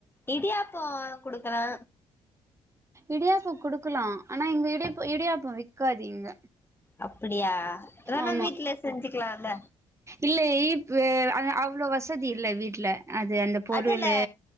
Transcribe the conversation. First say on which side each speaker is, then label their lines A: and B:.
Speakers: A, on the left; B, on the right.
A: இடியாப்பம் குடுக்கலா
B: இடியாப்பம் குடுக்கலா ஆனா இங்க இடிய இடியாப்பம் விக்காது இங்க
A: அப்டியா அதலா
B: ஆமா
A: வீட்டுலே செஞ்சுக்கலாம்ல
B: இல்ல இப் அ அவ்வளோ வசதி இல்ல வீட்ல அது அந்த பொருளு
A: அதுல